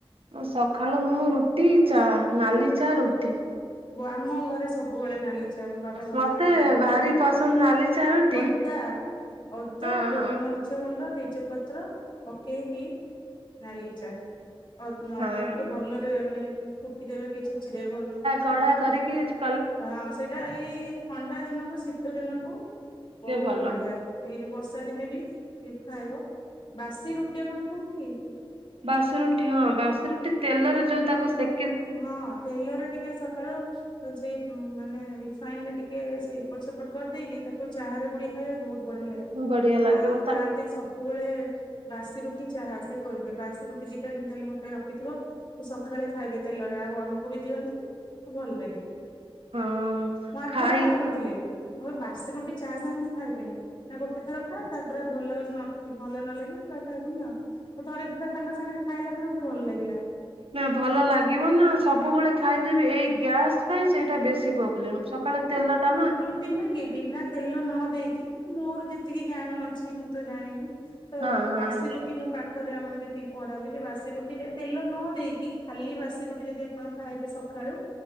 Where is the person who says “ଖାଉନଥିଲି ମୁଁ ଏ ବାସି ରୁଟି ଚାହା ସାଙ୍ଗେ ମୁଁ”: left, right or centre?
Left